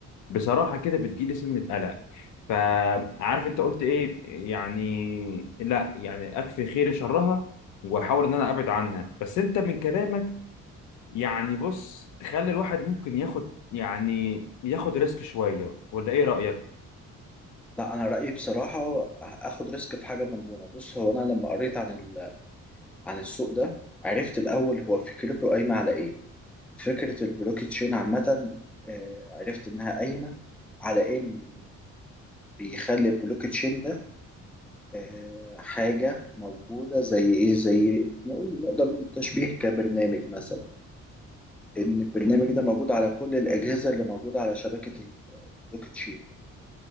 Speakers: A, on the left; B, in the centre.
A: بصراحة كده بتجيلي سنة قلق فعارف انت قلت ايه يعني لا يعني اكفي خير شرها واحاول ان انا ابعد عنها بس انت من كلامك يعني بص تخلي الواحد ممكن ياخد يعني ياخد ريسك شوية ولا ايه رأيك
B: لا انا رايي بصراحه اخد ريسك في حاجه مضمونه بص هو انا لما قريت عن ال... عن السوق ده عرفت الاول هو فكرته قايمه على ايه فكره البلوك تشين عامه آه، عرفت انها قايمه على ان بيخلي البلوك تشين ده آه، حاجه موجوده زي ايه زي نقول نقدر نقول تشبيه كبرنامج مثلا ان البرنامج ده موجود على كل الاجهزه اللي موجوده على شبكه البلوك تشين